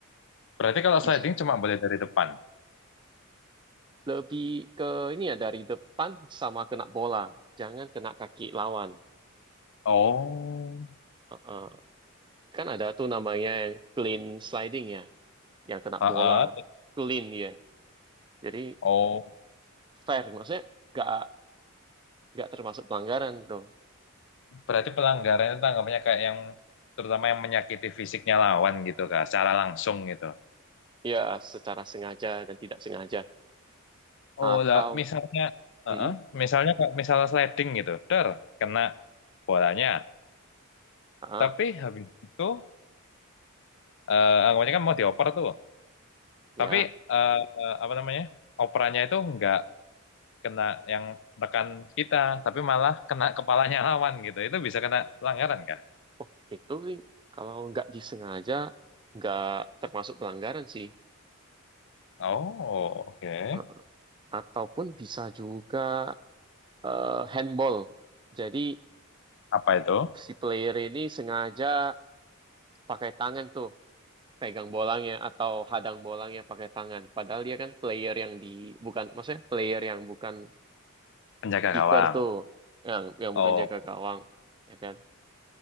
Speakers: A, on the left; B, on the right.
A: Berarti kalau
B: Bis-
A: sliding cuma boleh dari depan.
B: Lebih ke ini ya dari depan sama kena bola, jangan kena kaki lawan.
A: Oh,
B: Uh-uh. Kan ada tuh namanya yang clean sliding ya, yang kena
A: ah,
B: bola clean ya. Jadi
A: ah.
B: fair, maksudnya nggak nggak termasuk pelanggaran tuh.
A: Berarti pelanggaran itu tanggapannya kayak yang terutama yang menyakiti fisiknya lawan gitu kak, secara langsung gitu.
B: Ya secara sengaja dan tidak sengaja atau
A: Oh lah, misalnya, uh-uh,
B: mm,
A: misalnya kak, misalnya sliding gitu, der, kena bolanya.
B: ah
A: Tapi habis itu, eh anggapannya kan mau dioper tuh.
B: ya.
A: Tapi eh, eh, apa namanya, operannya itu nggak kena yang rekan kita, tapi malah kena kepalanya <laughs> lawan gitu. Itu bisa kena pelanggaran kak?
B: Oh, itu sih kalau nggak disengaja nggak termasuk pelanggaran sih.
A: Oh, oke.
B: Eh, Ataupun bisa juga eh, handball. Jadi
A: Apa itu?
B: si player ini sengaja pakai tangan tuh pegang bolanya atau hadang bolanya pakai tangan. Padahal dia kan player yang di bukan maksudnya player yang bukan
A: Penjaga
B: kiper
A: gawang.
B: tuh yang yang
A: Oh.
B: bukan jaga gawang ya kan.